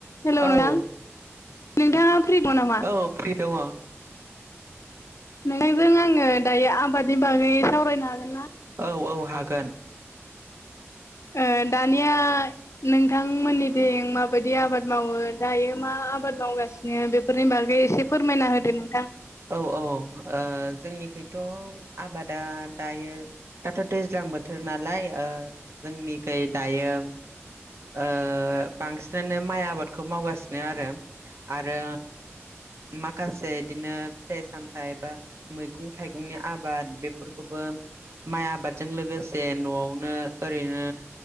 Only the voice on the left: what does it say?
हेल' नोंथां
नोंथाङा फ्रिगं नामा?
नोंथांजों आङो दायो आबादनि बागै सावरायनो हागोन ना?
ओ दानिया नोंथांमोननिथिं माबायदि आबाद मावो दायो मा आबाद मावगासिनो बे फोरनि बागै एसे फोरमायना होदो नोंथां?